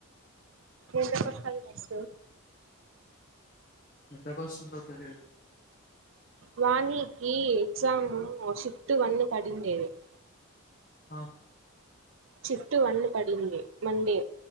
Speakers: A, on the right; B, on the left.
A: ఏంతసయిస్తు <inaudible>
B: ఎంత బస్స్తుందత <inaudible>
A: వాణికి ఎగ్జామ్ పతు వళ్న్న కడిందేనే <inaudible>
B: ఆ
A: షిఫ్ట్ వన్ పడింది మండే